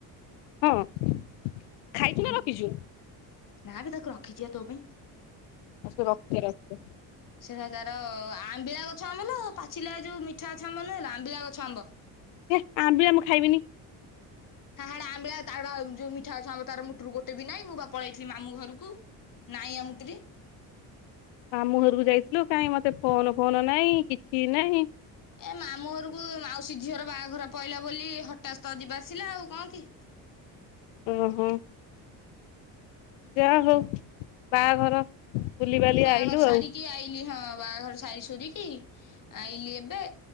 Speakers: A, on the left; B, on the left.
A: ହଁ ଖାଇଛୁ ନା
B: ହୁଁ
A: ରଖିଛୁ?
B: ନା ବେ ତାକୁ ରଖିଛିି ବା ତୋ ପାଇଁ
A: ଆଉ ସେ ରଖିଦେ ରଖିଦେ।
B: ସେଟା ତାର ଆମ୍ବିଳା ଗଛ ଆମ୍ୱ ଲୋ ପାଚିଲା ଯୋଉ ମିଠା ଗଛ ଆମ୍ବ ନୁହେଁଲ ଆମ୍ବିଳା ଗଛ ଆମ୍ବ
A: ହେ ଆମ୍ବିଳା ମୁଁ ଖାଇବିନି
B: <unintelligible> ଆମ୍ବିଳା ତାର ଯୋଉ ମିଠା ଗଛ ଆମ୍ବ ତାର ଗୋଟେ ବି ନାଇଁ ମୁଁ ବା ପଳେଇଥିଲି ମାମୁଁ ଘରକୁ ନାଇଁ ଆମୁତିରେ
A: ମାମୁଁ ଘରକୁ ଯାଇଥିଲୁ କାଇଁ ମୋତେ ଫୋନ ଫୋନ ନାହିଁ କିଛି ନାହିଁ
B: ଏ ମାମୁଁ ଘରକୁ ମାଉସୀ ଝିଅର ବାହାଘର ପଇଲା ବୋଲି ହଠାତ୍ ଯିବା ଆସିଲା ଆଉ କଣ କି?
A: ଓ ହୋ ଯାହା ହଉ ବାହାଘର ବୁଲିବାଲି
B: ବାହାଘର
A: ଆଇଲୁ
B: ସାରିକି
A: ଆଉ
B: ଆଇଲି ହଁ ବାହାଘର। ସାରି ସୁରିକି ଆଇଲି ଏବେ